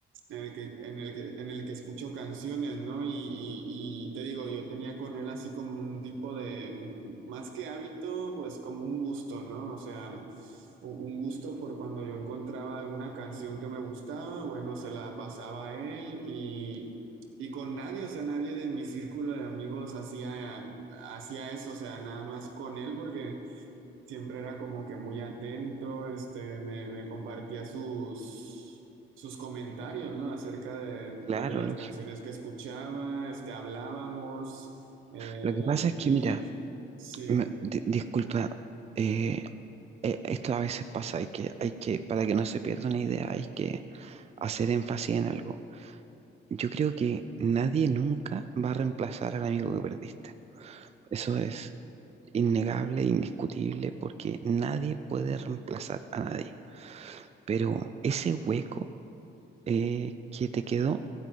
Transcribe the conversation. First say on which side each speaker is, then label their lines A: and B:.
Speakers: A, on the right (about 85°); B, on the right (about 30°).
A: en el que, en el que, en el que escucho canciones, ¿no? Y, y, y te digo, yo tenía con él así como un tipo de, más que hábito, pues como un gusto, ¿no? O sea, u- un gusto por cuando yo encontraba alguna canción que me gustaba, bueno, se la pasaba a él y... Y con nadie, o sea, nadie de mi círculo de amigos hacía, hacía eso, o sea, nada más con él, porque Siempre era como que muy atento, este, me, me compartía sus, sus comentarios, ¿no? Acerca de,
B: Claro,
A: pues, de las
B: lógico.
A: canciones que escuchaba, este, hablábamos, eh,
B: Lo que pasa es que,
A: y
B: mira,
A: sí.
B: me- di- disculpa, eh, eh, esto a veces pasa, hay que, hay que, para que no se pierda una idea, hay que hacer énfasis en algo. Yo creo que nadie nunca va a reemplazar al amigo que perdiste. Eso es innegable, indiscutible, porque nadie puede reemplazar a nadie. Pero ese hueco eh, que te quedó,